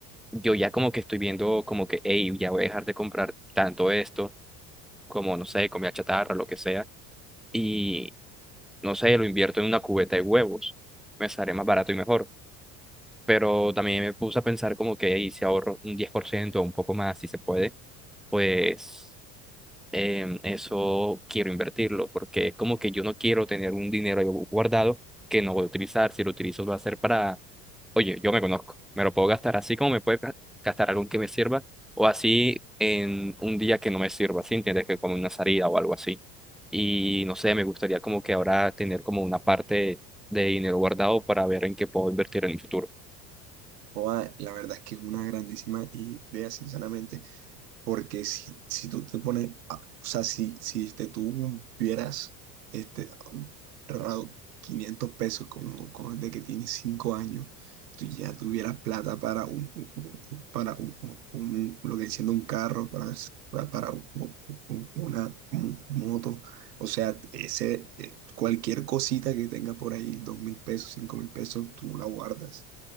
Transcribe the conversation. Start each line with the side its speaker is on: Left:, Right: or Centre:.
Centre: yo ya como que estoy viendo como que, hey, ya voy a dejar de comprar tanto esto como, no sé, comida chatarra, lo que sea. Y no sé, lo invierto en una cubeta de huevos, me sale más barato y mejor. Pero también me puse a pensar como que "Ey, si ahorro un 10% o un poco más, si se puede, pues em, eso quiero invertirlo, porque es como que yo no quiero tener un dinero ahí guardado que no voy a utilizar, si lo utilizo lo va a ser para oye, yo me conozco, me lo puedo gastar así como me puede ga- gastar algo que me sirva o así en un día que no me sirva, ¿sí? ¿Entiendes? Que como una salida o algo así. Y no sé, me gustaría como que ahora tener como una parte de dinero guardado para ver en qué puedo invertir en el futuro.
Right: Joda, la verdad es que es una grandísima idea, sinceramente. Porque si, si tú te pones, a- o sea, si, si este, tú vieras este, ahorrado 500 pesos como, como de que tienes 5 años, tú ya tuvieras plata para un, un- un- para un, un- un- lo que siendo un carro, para, s- pa- para un- un- un- una mo- moto, o sea, ese, eh, cualquier cosita que tenga por ahí, dos mil pesos, cinco mil pesos, tú la guardas.